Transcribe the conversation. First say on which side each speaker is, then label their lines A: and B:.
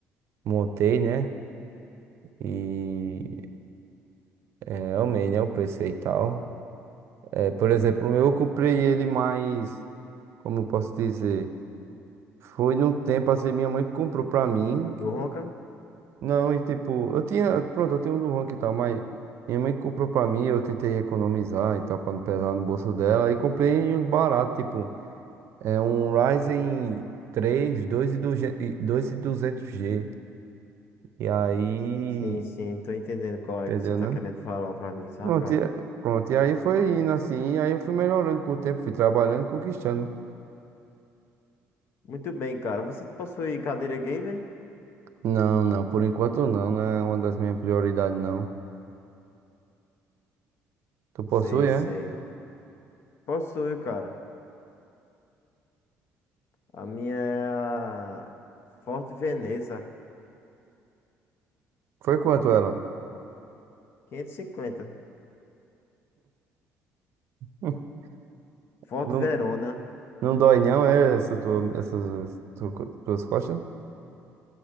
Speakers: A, on the right; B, on the left.
A: montei, né? E é, amei, né? O PC e tal. É, por exemplo, o meu eu comprei ele mais, como eu posso dizer? Foi num tempo assim, minha mãe comprou pra mim.
B: Do Ronca?
A: Não, e tipo, eu tinha, pronto, eu tenho um do Ronk e tal, mas minha mãe comprou pra mim, eu tentei economizar e tal, pra não pesar no bolso dela, e comprei uns baratos, tipo, é um Ryzen 3, 2200G, e dois e duzentos G, e aí,
B: Sim, sim, tô entendendo qual
A: entendeu,
B: é que você tá
A: né?
B: querendo falar pra mim, sabe,
A: Pronto,
B: cara?
A: e, pronto, e aí foi indo assim, e aí eu fui melhorando com o tempo, fui trabalhando e conquistando.
B: Muito bem, cara. Você possui cadeira gamer?
A: Não, não, por enquanto não, não é uma das minhas prioridades, não. Tu possui,
B: Sei,
A: é?
B: sei. Possui, cara. A minha é a Forte Veneza
A: Foi quanto ela?
B: 550.
A: <laughs>
B: Forte
A: Não,
B: Verona.
A: Não dói não, é essa tua, essas tu- tuas costas?